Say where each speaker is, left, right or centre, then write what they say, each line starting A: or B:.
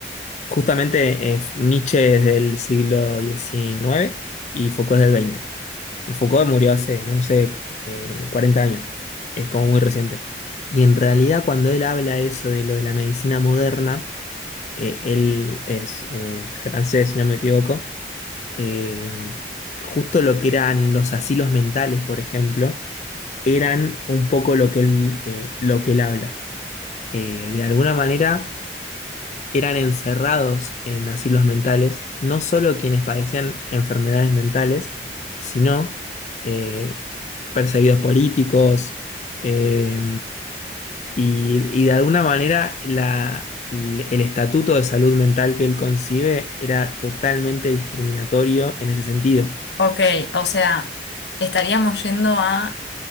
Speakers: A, on the left; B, on the left.
A: justamente eh, Nietzsche es del siglo diecinueve y Foucault es del veinte. Foucault murió hace, no sé, eh, 40 años, es como muy reciente. Y en realidad cuando él habla eso de lo de la medicina moderna, eh, él es eh, francés, si no me equivoco, eh, justo lo que eran los asilos mentales, por ejemplo, eran un poco lo que él, eh, lo que él habla. Eh, de alguna manera eran encerrados en asilos mentales, no solo quienes padecían enfermedades mentales, sino eh, perseguidos políticos eh, y, y de alguna manera la- el el estatuto de salud mental que él concibe era totalmente discriminatorio en ese sentido.
B: Ok, o sea, estaríamos yendo a